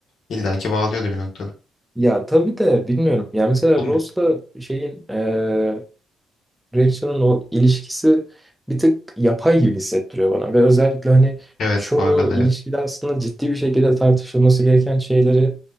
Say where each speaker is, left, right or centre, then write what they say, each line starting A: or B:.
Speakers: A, on the left; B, in the centre.
A: illaki bağlıyordu bir noktada.
B: Ya tabii de bilmiyorum. Ya mesela
A: Oğlum,
B: Ross'la şeyin e, Rachel'ın o ilişkisi bir tık yapay gibi hissettiriyor bana ve özellikle hani
A: evet
B: çoğu
A: bu arada
B: ilişkide
A: evet.
B: aslında ciddi bir şekilde tartışılması gereken şeyleri